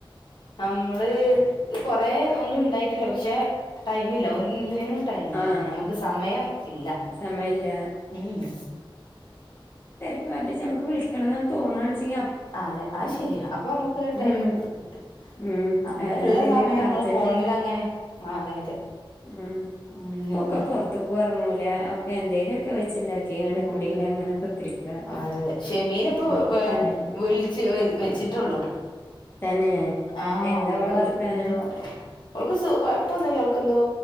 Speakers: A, on the left; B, on the left.
A: നമ്മള് കൊറേ ഒന്നും ഉണ്ടായിട്ടില്ല പക്ഷെ ടൈമില്ല ഒന്നിനും. ടൈമ്
B: ആഹ്
A: നമക്ക് സമയം ഇല്ല
B: സമയമില്ല
A: ഉമ്
B: പറ്റി ചാ നമക്ക് വിളിക്കണം ന്ന് ഇന്ന് തോന്നാണെച്ചിയ
A: അതെ അത് ശരിയാ അപ്പൊ നമുക്ക് ഒരു ടൈം
B: ഉം
A: കിട്ടും
B: ഉം
A: നമ്മള്
B: അങ്ങനെ
A: ഉള്ള
B: എന്തേലും
A: സമയം
B: അർജന്റ്
A: നമ്മള്. ഫോണ് മലങ്ങനെ അങ്ങനെ ആ അതെ അതെ.
B: ഉമ്
A: ഉം
B: പ്പൊക്കെ പൊറത്ക്കും ഇറങ്ങൂല ഒക്കെ എന്തേലു ഒക്കെ വെച്ചിണ്ട കിയാണ്ട്
A: ആഹ്
B: കുടീല അങ്ങനെക്കെ കുത്തിരിക്ക
A: അതെ അതെ ഷെമിയില ഇപ്പൊ
B: ഉം അല്ലപ്പം
A: വിൾച്ച് വെച്ചിട്ടുള്ളൂ.
B: തന്നെ
A: ആഹ്
B: എന്താ
A: ഓൾക്ക്
B: ഓളെ വർത്താനം
A: എന്താ. ഓക്ക് കൊഴപ്പന്നുല്ല ഓക്ക് ന്തോ